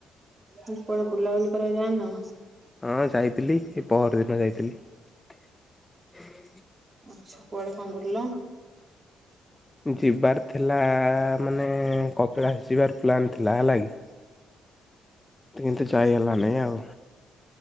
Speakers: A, on the right (about 35°); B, on the left (about 15°).
A: ମୁଁ କୁଆଡେ ବୁଲାବୁଲି କରିବାକୁ ଯାଇନ?
B: ହଁ ଯାଇଥିଲି ଏ ପହର ଦିନ ଯାଇଥିଲି।
A: ଆଚ୍ଛା କୁଆଡେ କଣ ବୁଲିଲ?
B: ଯିବାର ଥିଲା ମାନେ କପିଳାଶ। ଯିବାର ପ୍ଲାନ୍ ଥିଲା ହେଲା କି? କିନ୍ତୁ ଯାଇ ହେଲାନାଇ ଆଉ।